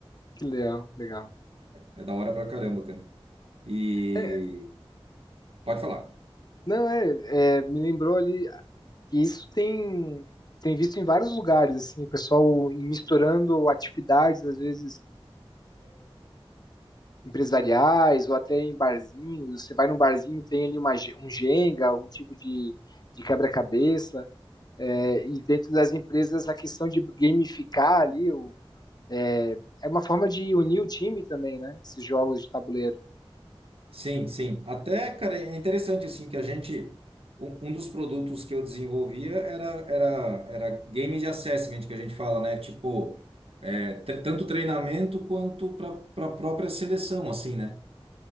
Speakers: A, on the left; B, on the right.
A: Que legal, legal.
B: É da hora pra caramba, cara. E...
A: É,
B: Pode falar.
A: não, é, é, me lembrou ali, isso tem, tem visto em vários lugares, assim, o pessoal misturando atividades, às vezes empresariais ou até em barzinhos. Você vai num barzinho, tem ali uma, ge- um Jenga, um tipo de, de quebra-cabeça. É, e dentro das empresas, a questão de gamificar ali o- é, é uma forma de unir o time também, né? Esses jogos de tabuleiro.
B: Sim, sim. Até, cara, é interessante assim que a gente um, um dos produtos que eu desenvolvia era era era game de assessment que a gente fala, né? Tipo, é, tre- tanto treinamento quanto para para própria seleção, assim, né?